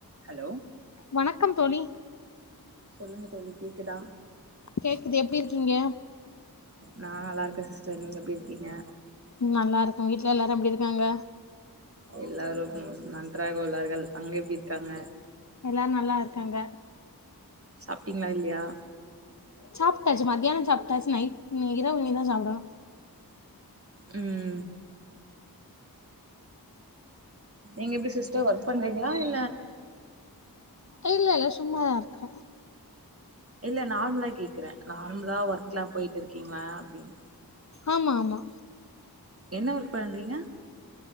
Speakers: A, on the right; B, on the left.
A: hello
B: வணக்கம் தோழி
A: சொல்லுங்க தோழி கேக்குதா
B: கேக்குது எப்டி இருக்கீங்க
A: நா நல்லா இருக்கே சிஸ்டர் நீங்க எப்டி இருக்கீங்க
B: ம் நல்லா இருக்கோ வீட்ல எல்லாரு எப்டி இருக்காங்க
A: எல்லாரும் நன்றாக உள்ளார்கள் அங்க எப்டி இருக்காங்க
B: எல்லார் நல்லா இருக்காங்க
A: சாப்ட்டீங்ளா இல்லியா
B: சாப்ட்டாச்சு மத்தியானோ சாப்ட்டாச்சு நைட்னு இரவு இதா சாப்டணு
A: ம் நீங்க எப்டி சிஸ்டர் ஒர்க் பண்றீங்ளா இ
B: இல்ல இல்ல சும்மாதா இருக்ற
A: இல்ல நார்மலா கேக்குறே நார்மலா ஒர்க்லா போய்ட்டுருக்கீங்ளா அப்டினு
B: ஆமா ஆமா
A: என்ன ஒர்க் பண்றீங்க